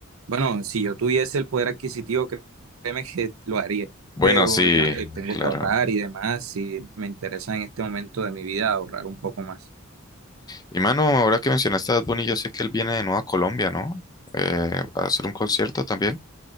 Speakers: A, on the right; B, on the left.
A: Bueno, si yo tuviese el poder adquisitivo, cre- créeme que lo haría,
B: Bueno,
A: pero
B: sí,
A: diga, eh, tengo
B: claro.
A: que ahorrar y demás, si me interesa en este momento de mi vida ahorrar un poco más.
B: Y mano, ahora que mencionaste a Bad Bunny, yo sé que él viene de nuevo a Colombia, ¿no? Eh, a hacer un concierto también,